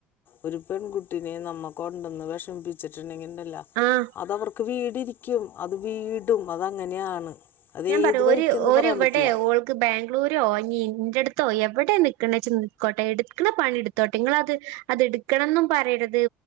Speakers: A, on the left; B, on the right.
A: ഒരു പെൺ കു ട്ടിനിം നമ്മ കൊണ്ടന്ന് വെഷമിപ്പി ചിട്ടിണ്ടെങ്കി തില്ല
B: ആഹ്
A: അത് അവർക്ക് വീട് ഇരിക്കും അത് വീടും അതങ്ങനെയാണ് അത്
B: ഞാൻ
A: ഏത്
B: പറ
A: വഴിക്കെന്ന്
B: ഓര് ഓര്
A: പറയാൻ
B: ഇവടെ
A: പറ്റില്ല
B: ഓൾക്ക് ബാംഗ്ലൂരോ ഇനി ഇൻ്റെട് ത്തോ എവടെ നിക്ക്ണെച്ചാ നിക്കോട്ടെ എട്ക്കണ പണി എടുത്തോട്ടെ നിങ്ങള് അത് അത് ഇട്ക്കണന്നും പറയരു